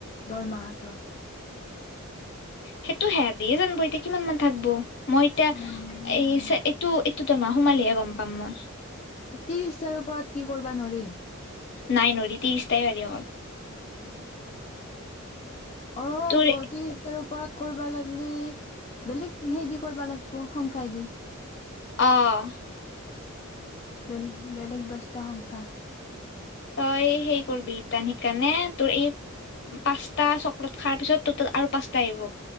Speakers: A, on the left; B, on the left.
A: দৰমাহাটো?
B: সেইটো সিহঁতি হে জানিব এতিয়া কিমান মান থাকিব। মই এতিয়া
A: উম,
B: এই, এইটো এইটো এইতো মা'হ সোমালেহে গ'ম পাম মই।
A: ত্ৰিশহাজাৰ ওপৰত কি কৰিব নোৱাৰি।
B: নাই নোৱাৰি, ত্ৰিশতাই পাৰি অকল।
A: অ'!
B: তোৰ
A: ত্ৰিশতাৰো ওপৰত কৰিবা লাগিলে, বেলেগ হে দি কৰিবা লাগিব। সংখ্যাই দি
B: অ'!
A: বলেগ, বেলেগ দহটা সংখ্যা।
B: তই সেই কৰবি তা নে কাৰণে তোৰ এই পাঁচটা চকলেট খোৱাৰ পিছত তোৰ তাত আৰু পাঁচটা আহিব,